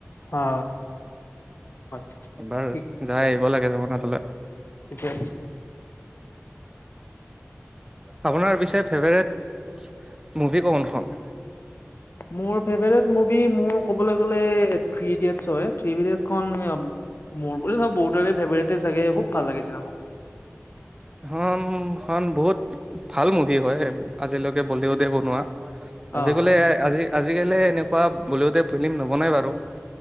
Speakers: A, on the left; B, on the right.
A: অ হয়
B: এবাৰ
A: ঠিক
B: যাই
A: আছে
B: আহিব লাগে জীৱনত হ'লে।
A: ঠিকে আছে।
B: আপোনাৰ পিছে ফেভাৰেট মুভি কোনখন?
A: মোৰ ফেভৰেট মুভি মোৰ ক'বলৈ গ'লে থ্ৰী ইডিয়েটছ হয়, থ্ৰী ইডিয়েটছখন। মোৰ বুলি নহয় বহুত ফেভৰেটে চাগে, খুব ভাল লাগে চিনেমাখন।
B: এখন খন বহুত ভাল মুভি হয় আজিলৈকে বলিউডে বনোৱা, আজিকালি
A: অ'
B: আজি। আজিকালি এনেকুৱা বলিউডে ফিল্ম নবনায় বাৰু।